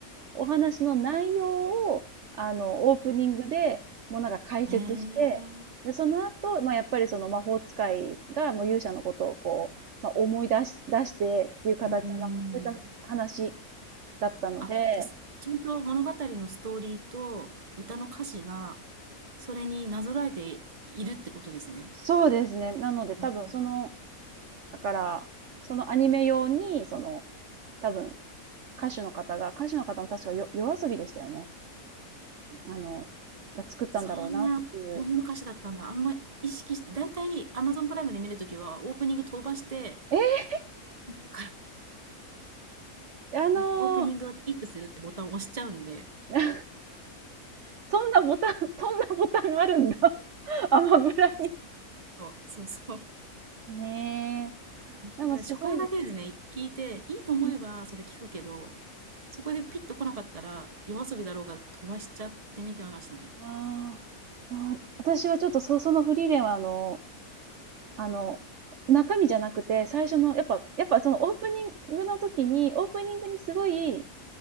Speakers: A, on the right; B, on the right.
A: お話の内容を、あの、オープニングで、もうなんか解説して、
B: ええ、
A: で、その後、まあ、やっぱりその魔法使いがもう勇者のことをこう、まあ、思い出し、出してっていう形の、
B: うーん。
A: なんかそういった話だったので、
B: あ、じゃ、すちゃんと物語のストーリーと歌の歌詞が、それになぞらえているってことですね。
A: そうですね。なので多分その
B: うんうん。
A: だから、そのアニメ用に、その、多分、歌手の方が、歌手の方も確かよ夜遊びでしたよね。あの、が作ったんだろうなっていう。
B: そんな大の歌詞だったんだ。あんま意識してだいたい Amazon プライムで見る時はオープニング飛ばして、
A: え
B: <laughs> だか
A: あのー
B: ら、なオープニングをスキップするってボタンを押しちゃうんで
A: <laughs> そんなボタン、そんなボタンあるんだ。<laughs> アマブラに。
B: そうそうそうそう。そう、そうそう。
A: ねえ。
B: <laughs> だか
A: でもすごい、
B: ら初回だけですね、聞いて、いいと思えばそれ聞くけど、
A: うん、
B: そこでピッと来なかったら、夜遊びだろうが飛ばしちゃって見てましたね。
A: ああ私はちょっとそ、そのフリーレンはあの、あの、中身じゃなくて、最初の、やっぱ、やっぱそのオープニングの時に、オープニングにすごい、